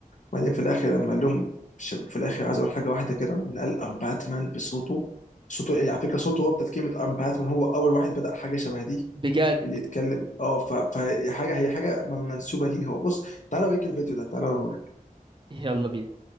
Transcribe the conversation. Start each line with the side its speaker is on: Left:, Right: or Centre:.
Left: وبعدين في الاخر لما قال لهم ش- في الاخر عايز اقول حاجه واحده كده وإن قال ام باتمان بصوته صوته يعني على فكره صوته هو بتاعت كلمه ام باتمان هو اول واحد بدا حاجه شبه دي
Right: بجد
Left: اللي يتكلم اه ف- فهي حاجه هي حاجه منسوبه ليه هو بص تعالوا اوريك الفيديو ده تعالوا
Right: يلا بينا